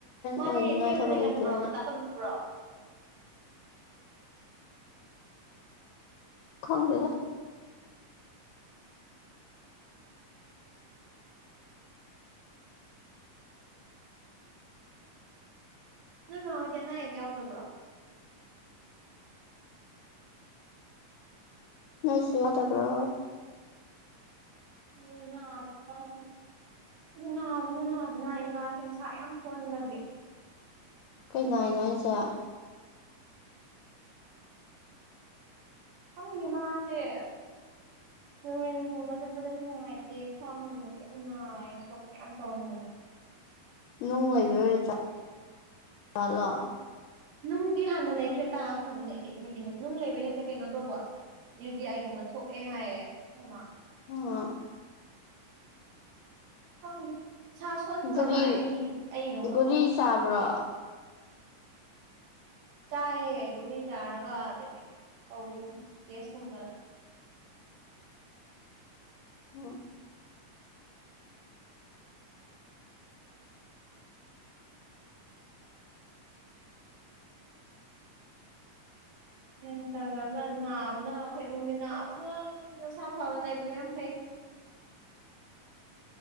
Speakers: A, on the right (about 75°); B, on the left (about 80°).
A: ꯃꯥꯗꯤ
B: ꯑꯣꯏꯅꯤꯡꯉꯥꯏ
A: ꯊꯦꯡꯅ
B: ꯊꯕꯛ
A: ꯂꯩꯒꯟꯕ꯭ꯔꯣ
B: ꯂꯩꯇꯦ
A: ꯉꯟꯇ
B: ꯑꯩ
A: ꯇꯝꯕ꯭ꯔꯣ
B: ꯈꯪꯗꯦꯗ
A: ꯅꯣꯢ ꯃꯥꯍꯣꯢꯗꯤ ꯑꯅꯥ ꯑꯌꯦꯛ ꯌꯥꯎꯗꯕ꯭ꯔꯣ
B: ꯅꯣꯢꯁꯨ ꯌꯥꯎꯗꯕ꯭ꯔꯣ
A: ꯃꯤ <unintelligible> ꯄꯪ ꯅꯥꯕꯅ ꯅꯥꯕꯅ ꯏꯃꯥꯁꯦ ꯃꯁꯥ ꯌꯥꯝ ꯁꯣꯟꯕꯒꯤ
B: ꯀꯩ ꯅꯥꯢꯅꯣ ꯍꯥꯢꯁꯤ
A: ꯈꯪꯗꯦ ꯃꯥꯁꯦ <unintelligible> ꯒꯨꯝꯕ ꯆꯠꯄꯗꯁꯨ ꯅꯨꯡꯉꯥꯏꯇꯦ ꯈ꯭ꯋꯥꯡꯒꯨꯝꯕꯁꯨ ꯌꯥꯝ ꯅꯥꯏꯌꯦ ꯈꯣꯠ ꯌꯥꯝ ꯇꯧꯔꯝꯕꯅꯦ
B: ꯅꯨꯡ ꯂꯩꯕꯩ ꯑꯣꯏꯖꯠꯂꯣ
A: ꯅꯨꯡꯗꯤ ꯍꯥꯟꯅ ꯂꯩꯈ꯭ꯔꯦ ꯇꯥꯈ꯭ꯔꯕꯅꯦ ꯀꯤꯠꯅꯤꯒꯤ ꯅꯨꯡ ꯂꯩꯕꯩ ꯅꯠꯇ ꯀꯩꯅꯣ ꯇꯧꯕ ꯌꯨ ꯇꯤ ꯑꯥꯏꯒꯨꯝꯕ ꯊꯣꯛꯑꯦ ꯍꯥꯏꯌꯦ ꯈꯣꯢ ꯃꯥ
B: ꯑꯥ
A: ꯈꯪꯗꯦ ꯃꯁꯥ ꯁꯣꯟꯈ꯭ꯔꯕꯥ
B: ꯑꯗꯨꯗꯤ
A: ꯑꯩ ꯑꯩꯗꯧꯅꯀꯣ
B: ꯒꯨꯂꯤ ꯆꯥꯕ꯭ꯔꯣ
A: ꯆꯥꯏꯌꯦ ꯒꯨꯂꯤ ꯆꯥꯔꯒ ꯑꯗꯒꯤ ꯇꯧꯔꯤꯕꯁꯦ ꯇꯦꯁꯒꯨꯝꯕ
B: ꯑꯝ
A: ꯒ꯭ꯌꯥꯟ ꯇꯥꯖꯕ ꯅꯕꯥꯅ ꯑꯩꯈꯣꯏ ꯏꯃꯨꯡꯗꯤ ꯅꯕꯥꯅ ꯅꯣꯏꯗꯤ ꯃꯁꯥ ꯐꯕ ꯂꯩꯕꯗꯣ ꯌꯥꯝ ꯐꯩ